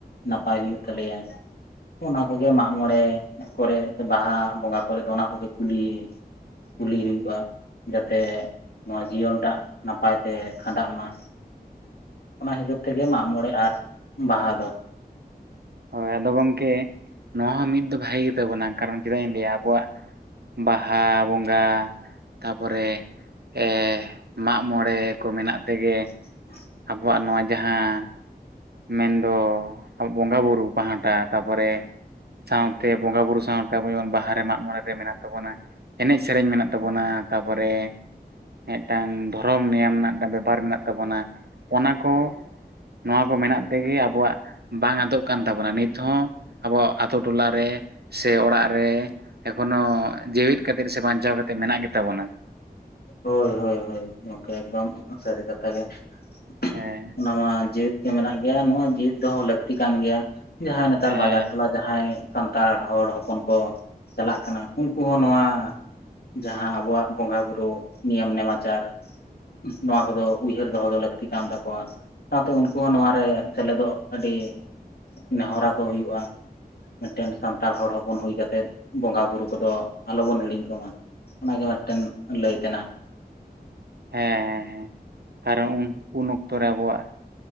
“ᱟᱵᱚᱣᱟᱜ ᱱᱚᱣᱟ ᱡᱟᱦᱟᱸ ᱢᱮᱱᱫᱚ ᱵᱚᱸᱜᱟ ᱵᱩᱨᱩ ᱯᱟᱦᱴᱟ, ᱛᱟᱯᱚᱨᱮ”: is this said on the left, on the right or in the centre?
Right